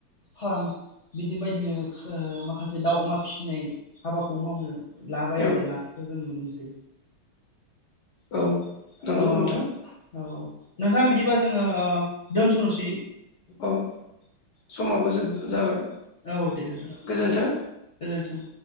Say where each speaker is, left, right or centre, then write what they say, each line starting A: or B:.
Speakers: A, on the left; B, on the left.
A: फार्म बिदि बायदिनो ओ माखासे दाउ अमा फिसिनाय हाबाखौ मावनो लाबाय
B: औ
A: आरो लानायखौ जों नुदोंसै
B: औ नंगौ
A: औ अ
B: नोंथां
A: औ नोंथां बिदिबा जोङो ओ दोन्थ'नोसै।
B: औ समाबबो जोब जाबाय।
A: औ दे नोंथां
B: गोजोन्थों
A: गोजोनथों।